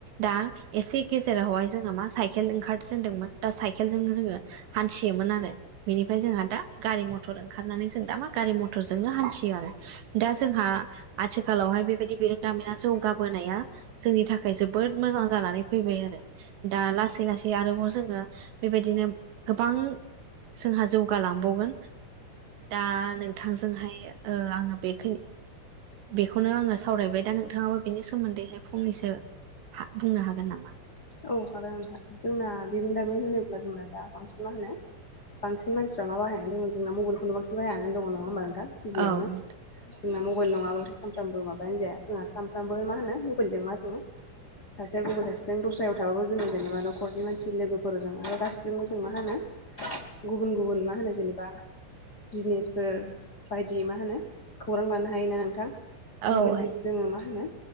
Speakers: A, on the right (about 70°); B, on the left (about 40°).
A: दा एसे गेजेरावहाय जोङो मा साइकेल ओंखारजेनदोंमोन दा साइकेलजोंनो जोङो हान्थियोमोन आरो बेनिफ्राय जों दा गारि मथर ओंखारनानै जों दा मा गारि मथरजोंनो हान्थियो आरो दा जोंहा आथिखाालावहाय बेबायदि बिरोंदामिना जौगाबोनाया जोंनि थाखाय जोबोद मोजां जानानै फैबाय आरो दा ला सै लासै आरोबाव जोङो बेबायदिनो गोबां जोंहा जौ जौगालांबावगोन दा नोंथांजोंहाय ओ आङो बेखिनि बेखौनो आङो सावरायबाय दा नोंथाङाबो बिनि सोमोन्दैहाय फंनैसो हा बुंनो हागोन नामा?
B: औ हागो नोंथां जोंना बिरोंदामिन होनोब्ला जोंना दा बांसिन मा होनो बांसिन मानसिफोरा मा बाहायाया दङ जोंना मबाइलखौनो बांसिन बाहायानानै दङ नङा होमबा गिबियावनो
A: औ
B: जोंना मबाल माबा सानफ्रामबो माबायानो जाया जोंहा सानफ्रामबो मा होनो मबाइलजों मा जोङो सासेया गुबुन सासेजों दस्रायाव थाबो जोङो जेनेबा न'खरनि मानसि लोगो फोरजों आरो गासिबो जों मा होनो गुबुन गुबुन मा होनो जेनेबा बिजनेसफोर बायदि मा होनो खौरां लानो हायोना नोंथां
A: औ
B: मबाइलजों
A: हायो
B: जोङो मा होनो